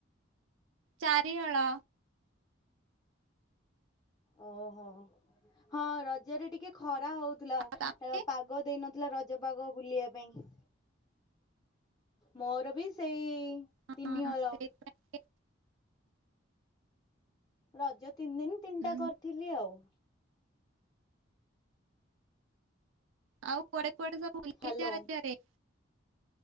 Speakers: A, on the right (about 80°); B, on the left (about 20°).
A: ଚାରି ହଳ।
B: ଓହୋ ହଁ ରଜରେ ଟିକେ ଖରା ହଉଥିଲା
A: ଆଉ
B: ଅ-
A: ତାପରେ
B: ପାଗ୍ ପାଗ ଦେଇନଥିଲା ରଜ ପାଗ ବୁଲିବା ପାଇଁ। ମୋର ବି ସେଇ
A: ହଁ
B: ତିନିହଳ।
A: ସେଇଥିପାଇଁ ଟିକେ
B: ରଜ ତିନି ଦିନ୍ ତିନିଟା
A: ଉଁ,
B: କରିଥିଲି ଆଉ।
A: ଆଉ କୁଆଡେ କୁଆଡେ ସବୁ ବୁଲିଆକୁ?
B: ହାଲୋ
A: <unintelligible>